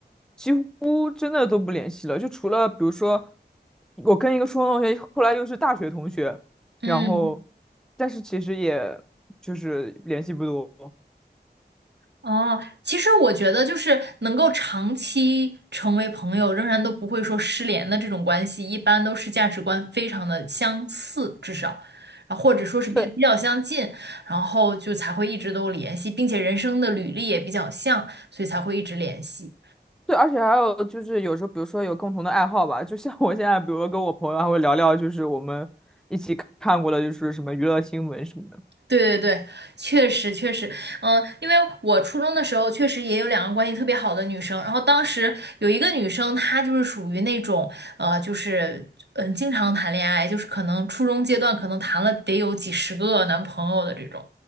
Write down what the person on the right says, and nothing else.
嗯。
哦，其实我觉得就是能够长期成为朋友，仍然都不会说失联的这种关系，一般都是价值观非常的相似，至少，啊，或者说是比比较相近，
然后就才会一直都联系，并且人生的履历也比较像，所以才会一直联系。
对对对，确实确实，嗯、因为我初中的时候确实也有两个关系特别好的女生，然后当时有一个女生，她就是属于那种，呃，就是嗯、呃经常谈恋爱，就是可能初中阶段可能谈了得有几十个男朋友的这种，